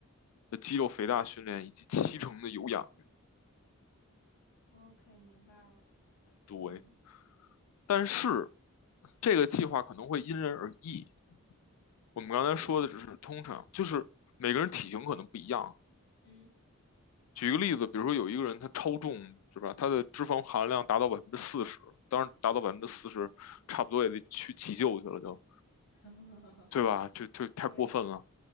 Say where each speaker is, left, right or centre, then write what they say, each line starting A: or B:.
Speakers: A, on the left; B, on the left.
A: 的肌肉肥大训练以及七成的有氧运
B: ，OK，明白了。
A: 动，
B: 嗯，
A: 但是这个计划可能会因人而异。我们刚才说的只是通常，
B: 为什么？
A: 就是每个人体型可能不一样。
B: 嗯
A: 举个例子，比如说有一个人他超重是吧？他的脂肪含量达到百分之四十，当然达到百分之四十，
B: 嗯，
A: 差不多也得去急救去了就，
B: <laughs>
A: 对吧？就就太过分了。
B: 对，